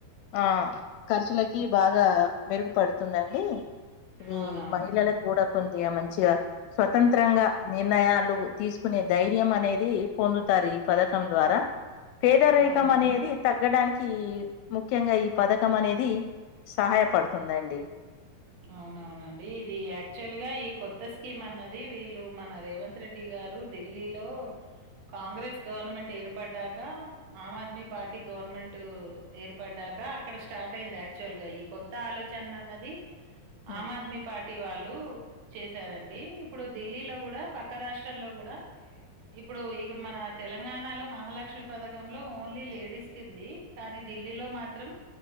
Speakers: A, on the left; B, on the right.
A: ఆ ఖర్చులకి బాగా మెరుగుపడుతుందండి ఇది
B: అవునవును
A: మహిళలకు గూడా కొదిగా మంచిగా స్వతంత్రంగా నిర్ణయాల్ తీసుకునే ధై యం అనేది పొందుతారు ఈ పథకం ద్వారా వేదరేకం
B: అవునండి
A: అనేది. తగ్గడానికి ముఖ్యంగా ఈ పథకం అనేది సహాయపడుతుందండీ.
B: అవునవునండి. ఇది యాక్చువల్ గా ఈ కొత్త స్కీమ్ అన్నది వీళ్ళు మన రేవంత్ రెడ్డి గారు ఢిల్లీలో కాంగ్రెస్ గవర్నమెంట్ ఏర్పడ్డాక, ఆమ్ ఆద్మీ పార్టీ గవర్నమెంట్ ఏర్పడ్డాక, అక్కడ స్టార్ట్ అయింది యాక్చువల్ గా ఈ కొత్త ఆలోచనన్నది.
A: ఉమ్
B: ఆమ్ ఆద్మీ పార్టీ వాళ్ళు. చేసారండి, ఇప్పుడు ధీల్లీలో గూడా, పక్క రాష్ట్రంలో గూడా ఇప్పుడు ఇగుడ్ మన తెలంగాణలో మహాలక్ష్మి పథకం. లో ఓన్లీ లేడీస్కింది కానీ ధీల్లీలో మాత్. త్రం